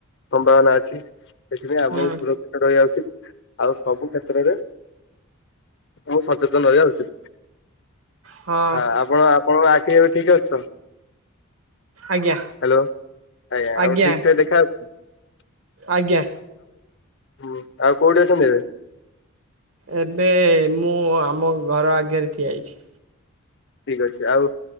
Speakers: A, on the left (about 60°); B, on the right (about 70°).
A: ସମ୍ଭାବନା ଅଛି ସେଥିପାଇଁ ଆମକୁ
B: ହୁଁ
A: ସୁରକ୍ଷିତ ରହିବା ଉଚିତ ଆଉ ସବୁ କ୍ଷେତ୍ରରେ ଆମକୁ ସଚେତନ ରହିବା ଉଚିତ।
B: ହଁ
A: ହାଁ ଆପଣ ଆ ଆପଣଙ୍କର ଆଖି ଏବେ ଠିକ୍ ଅଛି ତ?
B: ଆଜ୍ଞା।
A: ହ୍ୟାଲୋ ଆଜ୍ଞା ଆଉ
B: ଆଜ୍ଞା
A: ଠିକ୍ ଠାକ୍ ଦେଖାଯାଉଛି ନା? <unintelligible>
B: ଆଜ୍ଞା।
A: ହୁଁ ଆଉ କୋଉଠି ଅଛନ୍ତି ଏବେ?
B: ଏବେ ମୁଁ ଆମ ଘର ଆଗରେ ଠିଆ ହେଇଛି।
A: ଠିକ୍ ଅଛି ଆଉ